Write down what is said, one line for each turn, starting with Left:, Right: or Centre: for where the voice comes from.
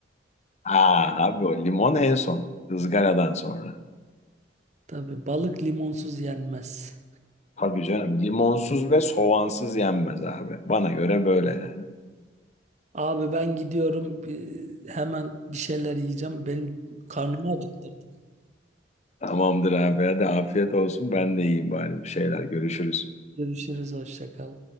Left: Aa abi o limon en son, ızgaradan sonra.
Right: Tabii balık limonsuz yenmez.
Left: Tabii canım limonsuz ve soğansız yenmez abi. Bana göre böyle yani.
Right: Abi ben gidiyorum. Bir- Hemen bir şeyler yiyeceğim. Benim karnımı acıktırdın.
Left: Tamamdır abi hadi afiyet olsun ben de yiyeyim bari bir şeyler görüşürüz.
Right: Görüşürüz. Hoşça kal.